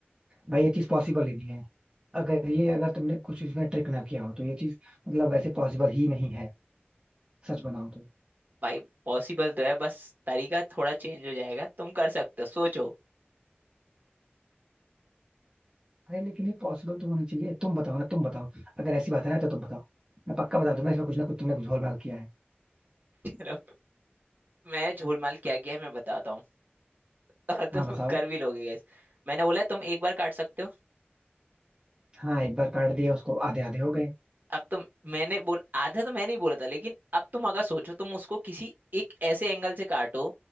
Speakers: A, on the right; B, on the right.
A: भाई ये चीज पॉसिबल ही नहीं है अगर ये अगर तुमने कुछ इसमें ट्रिक ना किया हो तो ये चीज मतलब वैसे पॉसिबल ही नहीं है सच बनाओ तो
B: भाई पॉसिबल तो है बस तरीका थोड़ा चेंज हो जाएगा तुम कर सकते हो सोचो
A: अरे लेकिन ये पॉसिबल तो होनी चाहिए तुम बताओ ना तुम बताओ अगर ऐसी बात है ना तो तुम बताओ मैं पक्का बता दूंगा इसमें कुछ ना कुछ तुमने कुछ झोलमाल किया है
B: चलो मैं झोलमाल क्या किया है मैं बताता हूँ और
A: हाँ
B: तुम
A: बताओ
B: कर भी लोगे guys मैंने बोला है, तुम एक बार काट सकते हो
A: हाँ एक बार काट दिया उसको आधे आधे हो गए
B: अब तुम मैंने बोल आधा तो मैंने ही बोला था लेकिन अब तुम अगर सोचो तुम उसको किसी एक ऐसे एंगल से काटो